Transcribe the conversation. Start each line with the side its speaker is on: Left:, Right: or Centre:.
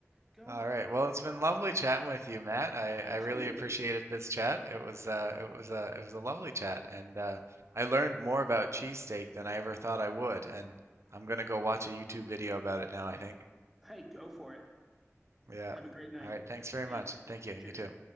Centre: go.
Right: All right. Well, it's been lovely chatting with you, Matt. I,
Centre: Absolutely.
Right: I really appreciated this chat. It was uh it was a it was a lovely chat and uh I learned more about cheesesteak than I ever thought I would and I'm gonna go watch a YouTube video about it now, I think.
Centre: Hey, go for it.
Right: Yeah.
Centre: Have a great night.
Right: All right. Thanks very
Centre: Thanks.
Right: much. Thank you. You
Centre: Cheers.
Right: too.